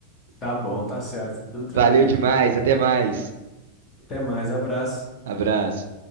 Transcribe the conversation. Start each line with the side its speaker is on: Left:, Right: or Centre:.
Left: Tá bom, tá certo. Tudo tranquilo.
Right: Valeu demais. Até mais.
Left: Até mais, abraço.
Right: Abraço.